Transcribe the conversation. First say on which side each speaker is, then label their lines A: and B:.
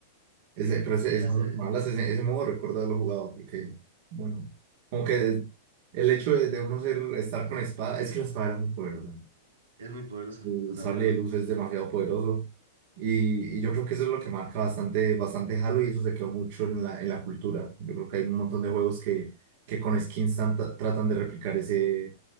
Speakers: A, on the right; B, on the right.
A: ese, pero ese,
B: Y ya
A: ese modo
B: se,
A: que me hablas, ese, ese modo recuerdo haberlo jugado, porque, bueno, como que el hecho de, de uno ser, estar con espada, es que la espada era muy poderosa.
B: es muy poderosa,
A: su
B: totalmente.
A: sable de luz es demasiado poderoso. Y, y yo creo que eso es lo que marca bastante, bastante Halo y eso se quedó mucho en la, en la cultura. Yo creo que hay un montón de juegos que, que con skins tanta- tratan de replicar ese,